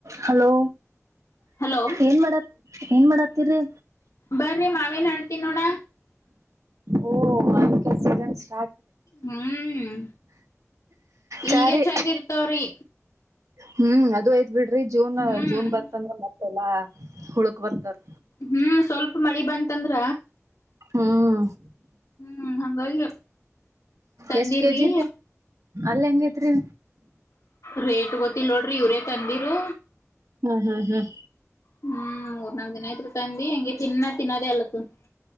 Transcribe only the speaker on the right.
hello
ಏನ್ ಮಾಡತ್ ಏನ್ ಮಾಡತ್ತಿರಿ?
ಓ ಮಾವಿನಕಾಯ್ ಸೀಸನ್ ಸ್
ಚಾರಿ
ಹ್ಮ್ ಅದು ಆಯ್ ಬಿಡ್ರಿ ಜೂನ
ಜೂನ್ ಬಂತಂದ್ರ ಮತ್ತ್ ತೆಲ್ಲಾ ಹುಳಕ್ ಬರ್ತದ್
ಹ್ಮ್
ಎಷ್ಟ ಕೆಜಿ ರೀ ಅಲ್ ಹೆಂಗೈತ್ರಿ
ಹ್ಮ್ ಹ್ಮ್ ಹ್ಮ್